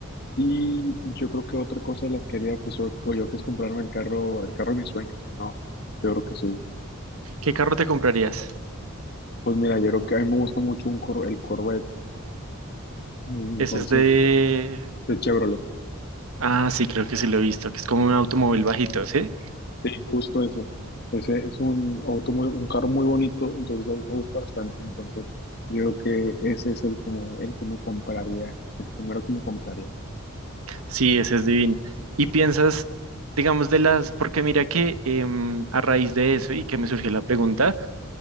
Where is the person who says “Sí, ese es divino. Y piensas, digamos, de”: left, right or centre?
Right